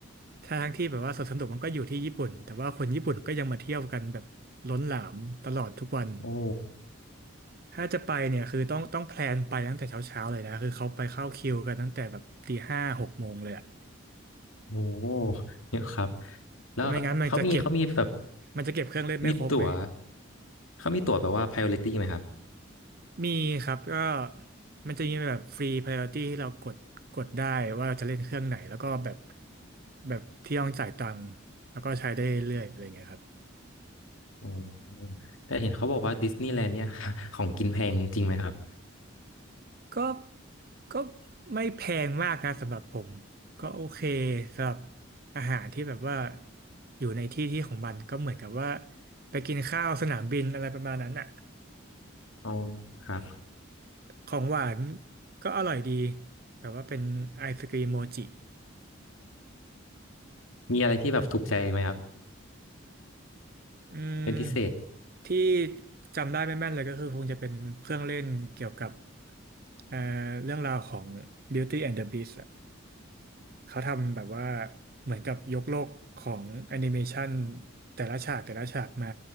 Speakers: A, on the right; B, on the left.
A: ทั้งที่แบบว่าสวนสนุกมันก็อยู่ที่ญี่ปุ่นแต่ว่าคนญี่ปุ่นก็ยังมาเที่ยวกันแบบล้นหลามตลอดทุกวัน
B: โอ้
A: ถ้าจะไปเนี่ยคือต้องต้องแพลนไปตั้งแต่เช้าๆเลยนะคือเขาไปเข้าคิวกันตั้งแต่แบบตีห้าหกโมงเลยอะ
B: โหเยอะครับแล้วเขามีเขามีแบบ
A: เพราะไม่งั้นมันจะเก็บมันจะเก็บเครื่องเล่นไม่ครบไง
B: มีตั๋วเขามีตั๋วแบบว่า priority ไหมครับ
A: มีครับก็มันจะมีแบบฟรี priority ที่เรากดกดได้ว่าเราจะเล่นเครื่องไหนแล้วก็แบบแบบที่ต้องจ่ายตังค์แล้วก็ใช้ได้เรื่อยๆอะไรเงี้ยครับ
B: โอ้แต่เห็นเขาบอกว่าดิสนีย์แลนด์เนี่ย <laughs> ของกินแพงจริงไหมครับ
A: ก็ก็ไม่แพงมากนะสำหรับผมก็โอเคสำหรับอาหารที่แบบว่าอยู่ในที่ที่ของมันก็เหมือนกับว่าไปกินข้าวสนามบินอะไรประมาณนั้นอ่ะ
B: อ๋อครับ
A: ของหวานก็อร่อยดีแต่ว่าเป็นไอศกรีมโมจิ
B: มีอะไรที่แบบถูกใจไหมครับ
A: อืม
B: เป็นพิเศษ
A: ที่จำได้ไม่แม่นเลยก็คือคงจะเป็นเครื่องเล่นเกี่ยวกับเอ่อเรื่องราวของ Beauty and the Beast อะเขาทำแบบว่าเหมือนกับยกโลกของแอนิเมชันแต่ละฉากแต่ละฉากมา